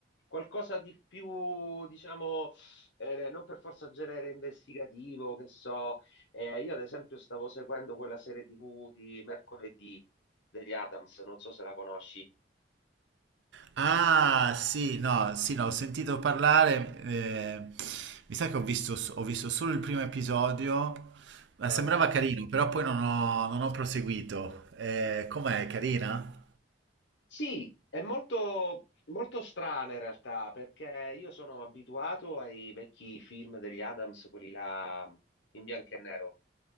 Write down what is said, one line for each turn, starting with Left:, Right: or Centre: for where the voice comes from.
Left: qualcosa di più, diciamo, eh, non per forza genere investigativo, che so. Eh, io ad esempio stavo seguendo quella serie TV di mercoledì degli Adams, non so se la conosci.
Right: Ah, sì, no, sì, no, ho sentito parlare, eh, mi sa che ho visto, s- ho visto solo il primo episodio, ma
Left: Eh,
Right: sembrava carino, però poi non ho, non ho proseguito. Eh, com'è, carina?
Left: sì, è molto, molto strana in realtà, perché io sono abituato ai vecchi film degli Adams, quelli là in bianco e nero.